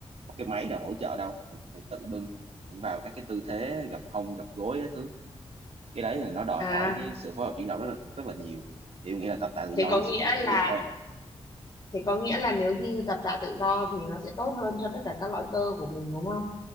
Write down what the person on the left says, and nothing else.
À,
thế có
nghĩa là
thế có nghĩa
là nếu như tập tạ tự do thì nó sẽ tốt hơn cho tất cả các loại cơ của mình đúng không?